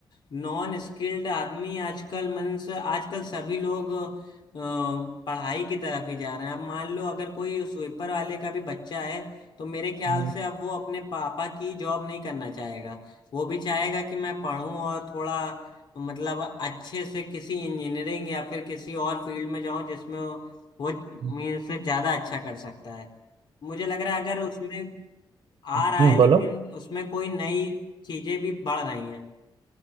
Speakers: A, on the left; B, on the right.
A: नॉन स्किल्ड आदमी आजकल मीन्स आजकल सभी लोग अ, पढ़ाई की तरफ ही जा रहे हैं अब मान लो अगर कोई स्वीपर वाले का भी बच्चा है तो मेरे ख्याल
B: हम्म,
A: से अब वो अपने पापा की जॉब नहीं करना चाहेगा वो भी चाहेगा कि मैं पढूं और थोड़ा मतलब अच्छे से किसी इंजीनियरिंग या फिर किसी और फील्ड में जाऊं जिसमें वो
B: हम्म,
A: मीन्स ज्यादा अच्छा कर सकता है मुझे लग रहा है अगर उसमें आ
B: हम्म
A: रहा है
B: बोलो
A: लेकिन उसमें कोई नई चीजें भी बढ़ रही हैं